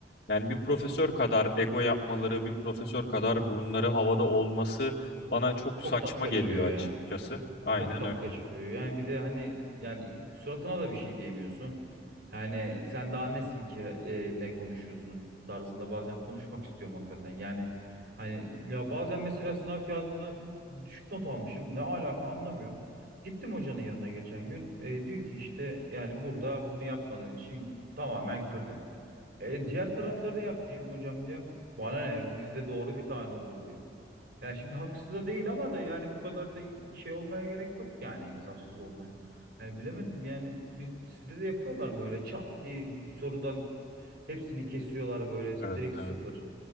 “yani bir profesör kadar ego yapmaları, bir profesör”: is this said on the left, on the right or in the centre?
Left